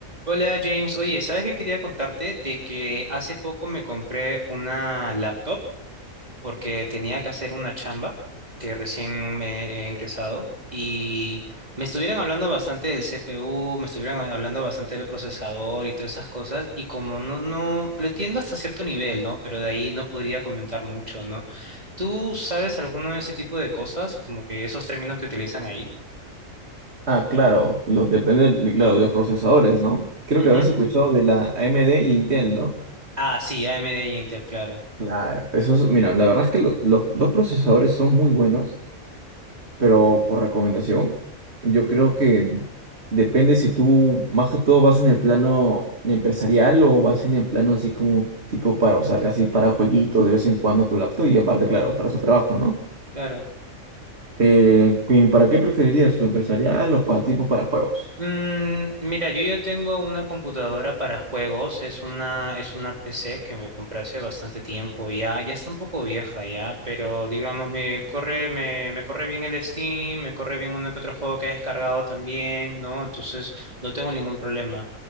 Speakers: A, on the right; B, on the right.
A: Hola James, oye, ¿sabes qué quería contarte? De que hace poco me compré una laptop porque tenía que hacer una chamba que recién me he ingresado y me estuvieron hablando bastante del CPU, me estuvieron a- hablando bastante del procesador y todas esas cosas y como no, no, lo entiendo hasta cierto nivel, ¿no? Pero de ahí no podría comentar mucho, ¿no? ¿Tú sabes alguno de ese tipo de cosas? Como que esos términos que utilizan ahí.
B: Ah, claro, los, depende del- claro, de los procesadores, ¿no? Creo
A: Ujú.
B: que habrás escuchado de la AMD y Intel, ¿no?
A: Ah, sí, AMD y Intel, claro.
B: Claro, eso es, mira, la verdad es que lo- los, los procesadores son muy buenos, pero por recomendación, yo creo que depende si tú más que todo vas en el plano empresarial o vas en el plano así como tipo para usar así para jueguitos de vez en cuando tu laptop y aparte, claro, para su trabajo, ¿no?
A: Claro.
B: Eh, ¿y ¿para qué preferirías tu empresarial o para tipo para juegos?
A: Mm, mira, yo ya tengo una computadora para juegos, es una, es una PC que me compré hace bastante tiempo, ya, ya está un poco vieja ya, pero digamos, me corre, me, me corre bien el Steam, me corre bien uno que otro juego que he descargado también, ¿no? Entonces, no tengo ningún problema.